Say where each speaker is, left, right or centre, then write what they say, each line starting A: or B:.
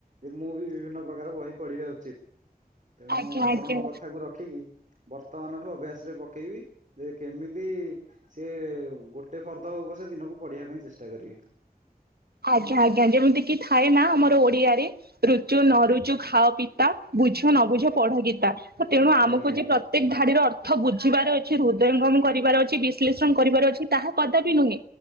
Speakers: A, on the right; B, on the right.
A: ଯେ ମୁଁ ବି ବିଭିନ୍ନ ପ୍ରକାର ବହି ପଢିବା ଉଚିତ। ତେଣୁ
B: ଆଜ୍ଞା
A: ଆପଣ
B: ଆଜ୍ଞା
A: କଥାକୁ ରଖିକି ବର୍ତ୍ତମାନ ଠୁ ଅଭ୍ୟାସ ରେ ପକେଇବି ଯେ କେମିତି ସିଏ ଗୋଟେ ଫର୍ଦ ହଉ ପଛେ ଦିନକୁ ପଢେଇିବା ପାଇଁ ଚେଷ୍ଟା କରିବି।
B: ଆଜ୍ଞା ଆଜ୍ଞା ଯେମିତି କିି ଥାଏ ନା ଆମର ଓଡିଆରେ ରୁଚୁ ନ ରୁଚୁ ଖାଅ ପିତା ବୁଝ ନ ବୁଝ ପଢ ଗୀତା ତ ତେଣୁ ଆମକୁ
A: ଆଜ୍ଞା ଆଜ୍ଞା
B: ଯେ ପ୍ରତ୍ୟେକ ଧାଡିର ଅର୍ଥ ବୁଝିବାର ଅଛି ହୃଦୟଙ୍ଗମ କରିବାର ଅଛି ବିଶ୍ଳେଷଣ କରିବାର ଅଛି ତାହା କଦାପି ନୁହେଁ।